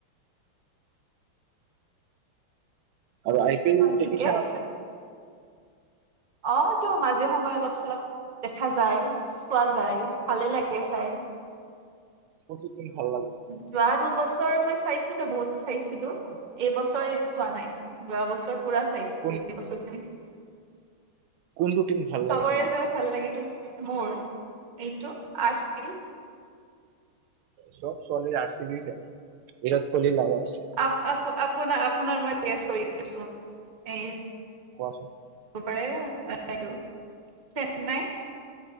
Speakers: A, on the right; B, on the right.
A: আৰু আই পি এল
B: হয় ঠিকে
A: দেখিছা
B: আছে
A: না নাই
B: অ তো মাজে সময়ে অলপ চলপ দেখা যায় চোৱা যায় ভালে লাগে চাই
A: কোনটো টিম ভাল লাগে
B: যোৱা দুবছৰ মই চাইছিলো বহুত চাইছিলো এইবছৰ চোৱা নাই যোৱা বছৰ পুৰা চাই ছিলো
A: কোন
B: <unintelligible>
A: কোনটো টিম ভাল
B: চবৰে
A: লাগে তোমাক
B: যে ভাল লাগেটো মোৰ এইটো আছিল
A: চব ছোৱালী R C B Virat Kohli lover <unintelligible>
B: আ আ <unintelligible> আপোনাক মই ৰেকুৱেস্ত কৰি আছো এই
A: কোৱাছোন
B: এহ নাই টো চেন্নাই